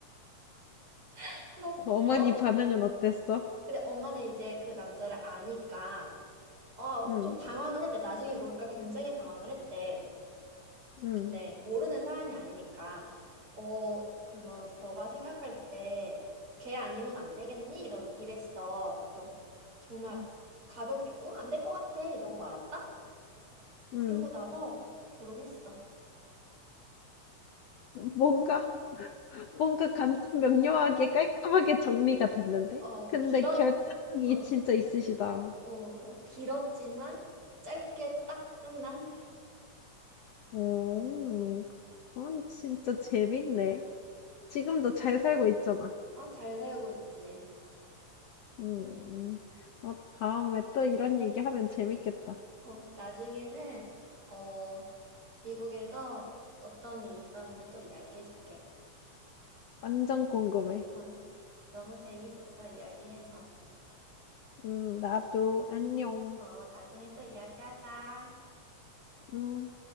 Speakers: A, on the right; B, on the left.
A: <laughs> 그래서
B: 어머니
A: 어?
B: 반응은 어땠어?
A: 근데 엄마는 이제 그 남자를 아니까 어
B: 응,
A: 좀 당황은 했대. 나중에 물어보니까 굉장히 당황을 했대.
B: 응,
A: 근데 모르는 사람이 아니니까 어 그러면 너가 생각할 때 걔 아니면 안 되겠니? 이런 이랬어. 그래서 정말
B: 응,
A: 가볍게 어 안 될 것 같아 이러고 말았다. 그러고
B: 응.
A: 나서 결혼했어.
B: 뭔가, 뭔가 간단 명료하게 깔끔하게 정리가 됐는데?
A: 어,
B: 근데
A: 길었,
B: 결단력이
A: 어,
B: 진짜 있으시다.
A: 어, 저 길었지만 짧게 딱 끝난?
B: 오, 그건 진짜 재밌네. 지금도 잘 살고 있잖아.
A: 아, 잘 살고 있지.
B: 음, 어, 다음에 또 이런 얘기 하면 재밌겠다.
A: 어, 나중에는, 어, 미국에서 어떤 일이 있었는지 또 이야기해줄게.
B: 완전 궁금해.
A: 어, 너무 재밌었어, 이야기해서.
B: 음, 나도
A: 음,
B: 안녕.
A: 어, 나중에 또 이야기하자.
B: 음.